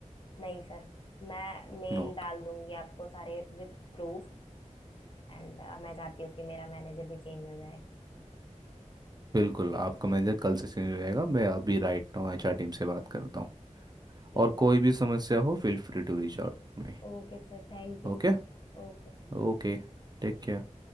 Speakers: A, on the left (about 40°); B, on the right (about 30°).
A: नहीं सर मैं मेल
B: नो
A: डाल दूंगी आपको सारे विथ प्रूफ एंड uh, मैं चाहती हूँ कि मेरा मैनेजर भी चेंज हो जाए
B: बिल्कुल आपका मैनेजर कल से सीनियर रहेगा मैं अभी राइट नाउ एचआर टीम से बात करता हूँ
A: ठीक
B: और
A: है
B: कोई भी समस्या हो feel free to reach out me
A: Okay sir thank you
B: Okay
A: Okay
B: Okay Take care